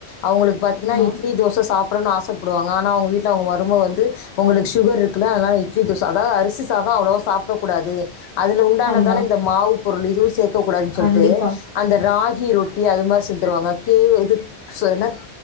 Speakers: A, on the left (about 70°); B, on the left (about 50°).
A: அவுங்ளுக் பாத்திங்கனா
B: ஆமா
A: இட்லி தோச சாப்புடனு ஆசப்படுவாங்க ஆனா அவுங்க வீட்ல அவுங் மரும வந்து உங்ளுக் சுகர் இருக்குல்ல அதுனால இட்லி தோச அதா அரிசி சாத அவ்ளவா சாப்டக்கூடாது அதுல த்தானதுதான
B: ஆமா
A: இந்த மாவு பொருளு இதுவு சேக்கக் கூடாது சொல்ட்டு
B: கண்டிப்பா
A: அந்த ராகி ரொட்டி அது மார் செஞ்த்தருவாங்க கேவ் இதுக் ச என்ன